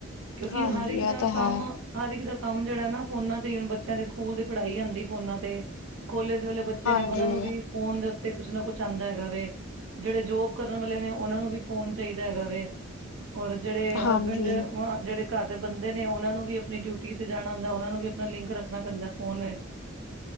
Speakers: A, on the right; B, on the left.
A: ਕਿਉਂਕਿ
B: ਹਾਂਜੀ
A: ਹਰ ਇੱਕ
B: ਇਹ
A: ਦਾ
B: ਤਾਂ
A: ਕੰਮ
B: ਹੈ
A: ਹਰ ਇੱਕ ਦਾ ਕੰਮ ਜਿਹੜਾ ਨਾ ਫੋਨਾ ਤੇ ਹੁਣ ਬੱਚਿਆਂ ਦੇ ਸਕੂਲ ਦੀ ਪੜਾਈ ਆਉਂਦੀ ਫੋਨਾ ਤੇ ਕੋਲੇਜ ਵੇਲੇ ਬੱਚ ਬੱਚੇ
B: ਹਾਂਜੀ
A: ਨੇ ਉਹਨਾਂ ਨੂੰ ਵੀ ਫੋਨ ਦੇ ਉੱਤੇ ਕੁੱਛ ਨਾ ਕੁੱਛ ਆਉਂਦਾ ਹੈਗਾ ਵੇ ਜਿਹੜੇ ਜੋਬ ਕਰਨ ਵਾਲੇ ਨੇ ਉਹਨਾਂ ਨੂੰ ਵੀ ਫੋਨ ਚਾਹੀਦਾ ਹੈਗਾ ਵੇ ਔਰ ਜਿਹੜੇ ਹਸਬੈਂਡ
B: ਹਾਂਜੀ
A: ਜਿਹੜੇ ਘਰ ਦੇ ਬੰਦੇ ਨੇ ਉਹਨਾਂ ਨੂੰ ਵੀ ਆਪਣੀ ਡਿਊਟੀ ਤੇ ਜਾਣਾ ਹੁੰਦਾ ਉਹਨਾਂ ਨੂੰ ਵੀ ਆਪਣਾ ਲਿੰਕ ਰੱਖ ਣਾ ਪੈਂਦਾ ਫੋਨ ਇਚ,